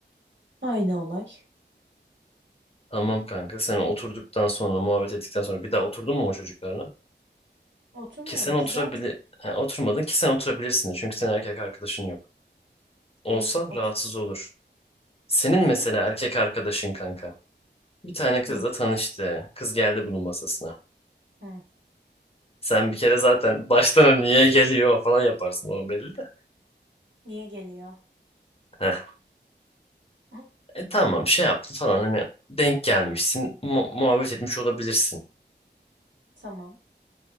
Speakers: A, on the right; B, on the left.
A: Aynı olay.
B: Tamam kanka sen oturduktan sonra muhabbet ettikten sonra bir daha oturdun mu o çocuklarla?
A: Oturmadım
B: Ki sen oturabili
A: ki zaten.
B: ha, oturmadın ki sen oturabilirsin de çünkü senin erkek arkadaşın yok. Olsa
A: Kanka ot.
B: rahatsız olur. Senin
A: Oturmadım.
B: mesela erkek arkadaşın kanka. Bir tane kızla
A: Hı,
B: tanıştı. Kız geldi bunun masasına.
A: hı.
B: Sen bir kere zaten baştan hani niye geliyor falan yaparsın o belli de.
A: Niye geliyor?
B: Heh.
A: <laughs>
B: E, tamam şey yaptı falan hani denk gelmişsin mu- muhabbet etmiş olabilirsin.
A: Tamam.